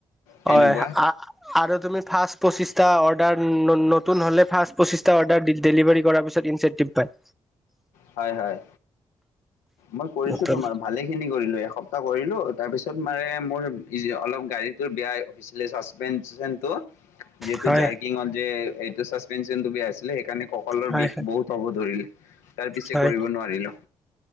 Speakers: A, on the left (about 85°); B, in the centre.
A: সেনেকুৱা
B: হয়। আ আৰু তুমি ফাৰ্ষ্ট পচিছটা অৰ্ডাৰ ন-ন-নতুন হ'লে, ফাৰ্ষ্ট পঁচিছটা অৰ্ডাৰ ড-ডেলিভাৰী কৰাৰ পিছত ইঞ্চেনটিভ পাই।
A: হয়, হয়। মই কৰিছো
B: নতুন
A: তোমাৰ, ভালে খিনি কৰিলোঁ, এসপ্তাহ কৰিলোঁ। তাৰপিছত মানে মোৰ <unintelligible> অলপ গাড়ীটোৰ বেয়া হৈছিলে ছাচপেনচনটো যিহেতু
B: হয়
A: জাৰকিংতযে এইটো চাচপেনচনটো বেয়া আছিলে, সেইকাৰণে ক কঁকালৰ
B: হয়
A: বিষ বহুত হ'ব ধৰিলে। তাৰ পিছে
B: হয়
A: কৰিব নোৱাৰিলো।